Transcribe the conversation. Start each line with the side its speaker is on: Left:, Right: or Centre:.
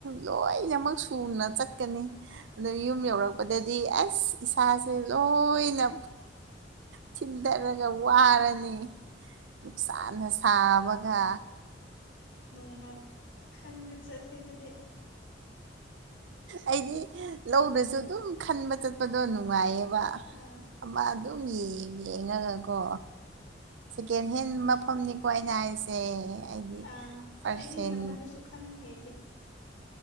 Right: ꯂꯣꯏꯅꯃꯛ ꯁꯨꯅ ꯆꯠꯀꯅꯤ ꯑꯗꯣ ꯌꯨꯝ ꯌꯧꯔꯛꯄꯗ ꯗꯤ ꯑꯁ ꯏꯁꯥꯁꯦ ꯂꯣꯏꯅ ꯊꯤꯟꯗꯔꯒ ꯋꯥꯔꯅꯤ
Left: ꯑꯥ
Right: ꯅꯨꯡꯁꯥꯅ ꯁꯥꯕꯒ
Left: ꯅꯣꯡꯃ ꯈꯟꯕ ꯆꯠꯁꯦ ꯑꯗꯨꯗꯤ
Right: ꯑꯩꯗꯤ ꯂꯧꯗꯁꯨ ꯑꯗꯨꯝ ꯈꯟꯕ ꯆꯠꯄꯗꯣ ꯅꯨꯡꯉꯥꯏꯌꯦ <unintelligible>
Left: ꯑꯥ
Right: ꯑꯃ ꯑꯗꯨꯝ ꯌꯦꯡ ꯌꯦꯡꯉꯒꯀꯣ ꯁꯦꯀꯦꯟ ꯍꯦꯟ ꯃ ꯃꯐꯝꯅꯤꯀꯣ ꯑꯩꯅ
Left: ꯑꯁ
Right: ꯍꯥꯏꯁꯦ
Left: ꯎꯝ
Right: ꯑꯩꯗꯤ
Left: ꯑꯥ
Right: ꯄꯥꯔꯁꯦꯟ
Left: ꯑꯩꯗꯤ ꯌꯥꯝꯃꯜꯂꯁꯨ ꯈꯟ ꯍꯩꯇꯦ